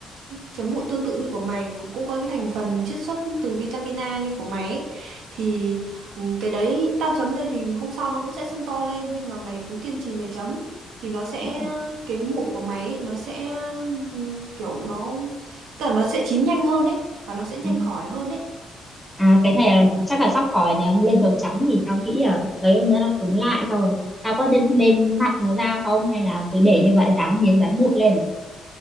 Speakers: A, on the right (about 80°); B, in the centre.
A: chấm mụn tương tự như của mày cũng cũng có cái thành phần chiết xuất từ vitamin A như của mày ấy. thì ừ, cái đấy tao chấm lên thì hôm sau nó cũng sẽ sưng to lên nhưng mà mày cứ kiên trì mày chấm thì nó sẽ
B: Ừ.
A: cái mụn của mày ấy, nó sẽ ừ, kiểu nó tức là nó sẽ chín nhanh hơn ấy và nó sẽ nhanh
B: Ừ.
A: khỏi hơn ấy
B: À cái này
A: đấy
B: là chắc là sắp khỏi nhờ lên dầu trắng thì tao nghĩ là mấy hôm nữa nó cứng
A: Đúng
B: lại xong rồi tao có nên, nên nặn nó ra không hay là cứ để như vậy dán miếng dán mụn lên